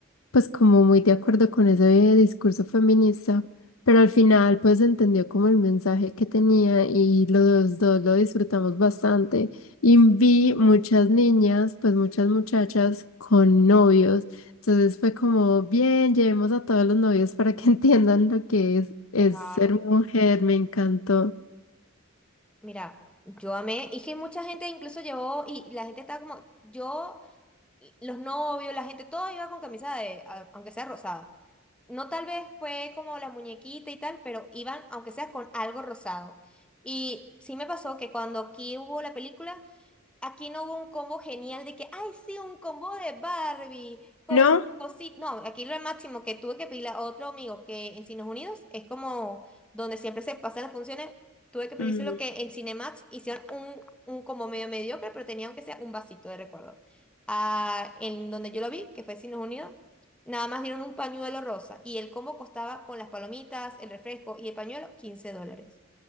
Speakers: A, on the left (about 80°); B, in the centre.
A: pues como muy de acuerdo con ese discurso feminista. Pero al final, pues entendió como el mensaje que tenía y los dos lo disfrutamos bastante. Y vi muchas niñas, pues muchas muchachas con novios. Entonces fue como, bien, llevemos a todos los novios para que <laughs> entiendan lo que es, es
B: Claro.
A: ser mujer. Me encantó.
B: Mira, yo amé, y que mucha gente incluso llevó, y la gente estaba como, yo. los novios, la gente, todo iba con camisa de, a- aunque sea rosada. No tal vez fue como la muñequita y tal, pero iban, aunque sea con algo rosado. Y sí me pasó que cuando aquí hubo la película, Aquí no hubo un combo genial de que, ay, sí, un combo de Barbie con
A: ¿No?
B: sus cositas. No, aquí lo máximo que tuve que pedirle a otro amigo que en Cines Unidos es como donde siempre se pasan las funciones. Tuve que pedirse
A: Mm.
B: lo que en Cinemax hicieron un, un combo medio mediocre, pero tenía aunque sea un vasito de recuerdo. Ah, en donde yo lo vi, que fue Cines Unidos, nada más dieron un pañuelo rosa y el combo costaba con las palomitas, el refresco y el pañuelo 15 dólares.